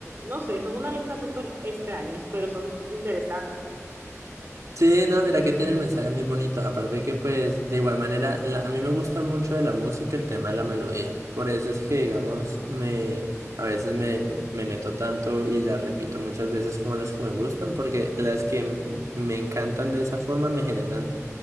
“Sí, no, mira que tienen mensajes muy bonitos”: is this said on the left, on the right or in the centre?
Right